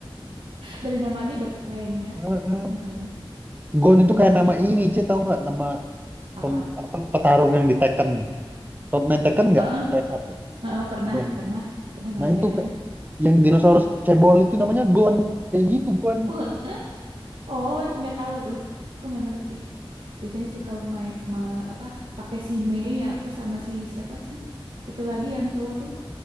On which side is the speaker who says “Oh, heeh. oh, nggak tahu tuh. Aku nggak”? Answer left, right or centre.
Right